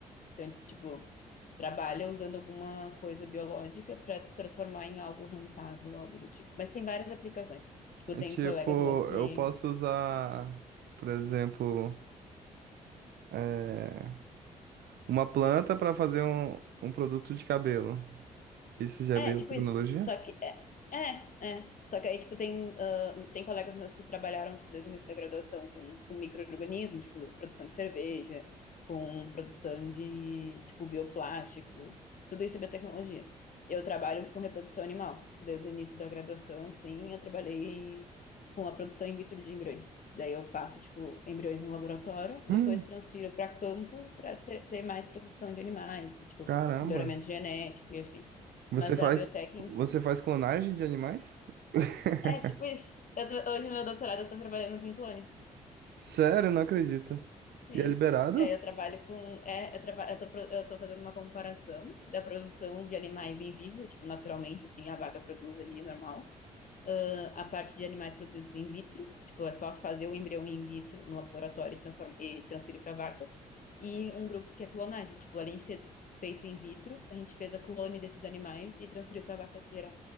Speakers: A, on the left; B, on the right.
A: Então, tipo, trabalha usando alguma coisa biológica para transformar em algo rentável, algo do tipo. Mas tem várias aplicações. Tipo,
B: É
A: tem
B: tipo,
A: colegas meus que
B: eu posso usar, por exemplo, é, uma planta para fazer um, um produto de cabelo. Isso já
A: É,
B: é biotecnologia?
A: tipo isso. Só que é, é, é. Só que aí, tipo, tem, ah, tem colegas meus que trabalharam, tipo, desde o início da graduação com, com micro-organismo, tipo, produção de cerveja, com produção de, tipo, bioplástico, tudo isso é biotecnologia. Eu trabalho com reprodução animal, tipo, desde o início da graduação, sim, eu trabalhei com a produção in vitro de embriões. Daí eu faço, tipo, embriões no laboratório, depois
B: Hum,
A: transfiro para campo para ter, ter mais produção de animais, tipo,
B: caramba.
A: melhoramento genético e afim.
B: Você
A: Mas
B: faz,
A: é a biotech
B: você
A: em si.
B: faz clonagem de animais? <laughs>
A: É, tipo isso. Eu tô- hoje, meu doutorado, eu tô trabalhando com clone.
B: Sério, não acredito.
A: Sim.
B: E é liberado?
A: É, eu trabalho com. É, eu, traba, eu, tô, pro- eu tô fazendo uma comparação da produção de animais em vivo, tipo, naturalmente, assim, a vaca produz ali normal. A parte de animais produzidos in vitro, tipo, é só fazer o embrião in vitro no laboratório e, transforma, e transferir para vaca. E um grupo que é clonagem, tipo, além de ser feito in vitro, a gente fez a clone desses animais e transferiu para vaca geral.